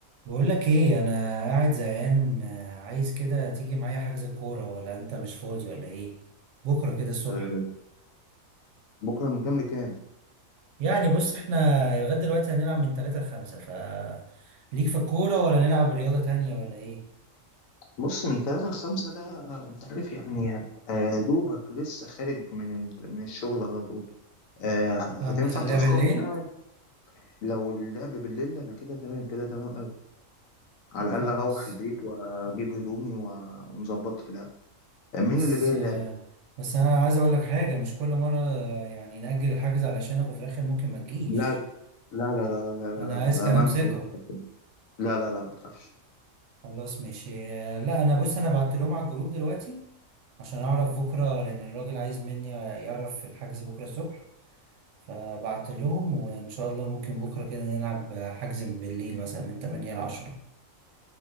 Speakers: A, on the right; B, on the left.
A: بقول لك ايه انا قاعد زهقان آه، عايز كده تيجي معايا حجز الكوره ولا انت مش فاضي ولا ايه بكره كده الصبح
B: آه، بكرة من كام لكام؟
A: يعني بص احنا لغايه دلوقتي هنلعب من 3 ل 5 ف ليك في الكوره ولا نلعب رياضه تانية ولا ايه
B: بص من تلاتة لخمسة ده آه، أنت عارف يعني هبقى دوبك لسه خارج من ال- من الشغل على طول آه،
A: طب
B: هتنفع
A: نخليها
B: تأخره
A: بالليل
B: ساعة لو اللعب بالليل أنا كده تمام كده تمام أوي على
A: طب
B: الأقل
A: خلاص
B: أروح البيت وأجيب هدومي ونظبط اللعب آه، مين
A: بس
B: اللي جاي اللعب؟
A: آه، بس انا عايز اقول لك حاجه مش كل مره آه، يعني نأجل الحجز علشانك وفي الاخر ممكن ما تجيش
B: لا لا لا لا لا لا
A: انا عايز
B: لا، بأمانة
A: كلام ثقه
B: خلاص لا لا لا ما تخافش
A: خلاص ماشي آه، لا انا بص انا بعت لهم على الجروب دلوقتي عشان اعرف بكره لان الراجل عايز مني يعرف الحجز بكره الصبح فبعت لهم وان شاء الله ممكن بكره كده نلعب حجز من بالليل مثلا من 8 ل 10